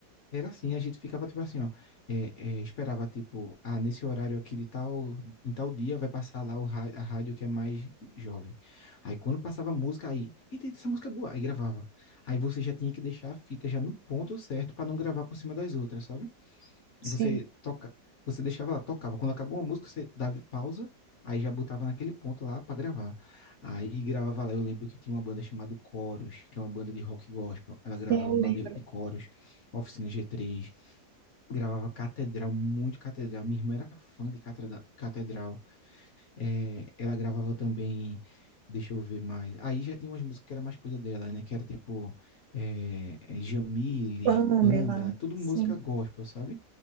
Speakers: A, on the left; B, on the right.
A: era assim, a gente ficava tipo assim, ó, é, é, esperava tipo, ah, nesse horário aqui de tal, em tal dia vai passar lá o ra- a rádio que é mais jovem. Aí quando passava a música, aí, eita, eita, essa música é boa, aí gravava. Aí você já tinha que deixar a fita já no ponto certo para não gravar por cima das outras, sabe?
B: Sim,
A: Você toca, você deixava lá, tocava. Quando acabou uma música, você dava pausa, aí já botava naquele ponto lá para gravar. Aí gravava lá, eu lembro que tinha uma banda chamada Coros, que é uma banda de rock gospel, ela gravava
B: sim, eu lembro.
A: de de coros. Oficina G3, gravava Catedral, muito Catedral. Minha irmã era fã de Catreda- Catedral. É, ela gravava também, deixa eu ver mais. Aí já tinha umas músicas que era mais coisa dela, né? Que era tipo é, é, Jamile,
B: Pamela,
A: Pâmela, tudo
B: sim.
A: música gospel, sabe?